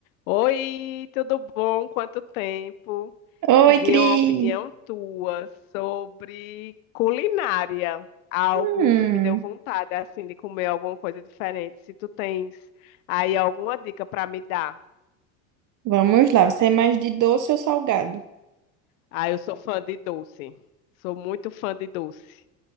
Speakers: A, on the left; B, on the right.
A: Oi, tudo bom? Quanto tempo?
B: Oi,
A: Queria
B: Cris!
A: uma opinião tua sobre culinária, algo
B: Hum,
A: que me deu vontade assim de comer alguma coisa diferente. Se tu tens aí alguma dica para me dar.
B: vamos lá, você é mais de doce ou salgado?
A: Ah, eu sou fã de doce. Sou muito fã de doce.